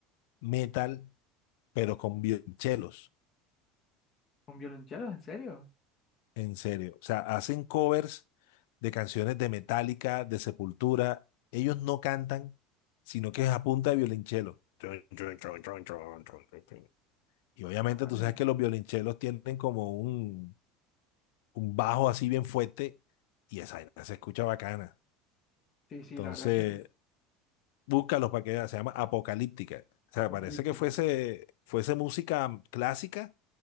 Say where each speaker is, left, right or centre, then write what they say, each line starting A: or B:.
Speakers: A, on the left (about 60°); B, on the left (about 40°).
A: metal pero con violonchelos,
B: ¿Con violonchelos? ¿En serio?
A: en serio. O sea, hacen covers de canciones de Metallica, de Sepultura. Ellos no cantan, sino que es a punta de violonchelo. Chun, chun, chun, chun, chun, chun, chun, chun. Y obviamente
B: Vale.
A: tú sabes que los violonchelos tienen como un, un bajo así bien fuerte y esa vaina se escucha bacana.
B: Sí, sí,
A: Entonces,
B: la verdad es que sí.
A: búscalos para que veas, se llama Apocalíptica. O
B: Apocalíptica.
A: sea, parece que fuese, fuese música clásica